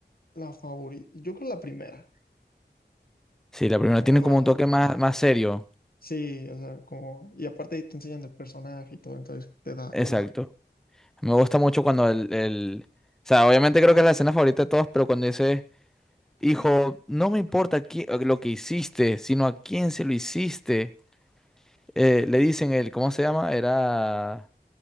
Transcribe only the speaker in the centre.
Sí, la
primera
tiene
como un toque más, más serio.
Exacto.
Me gusta mucho cuando el, el... O sea, obviamente creo que es la escena favorita de todos, pero cuando dice, hijo, no me importa qui- lo que hiciste, sino a quién se lo hiciste. Eh, le dicen el, ¿cómo se llama? Era...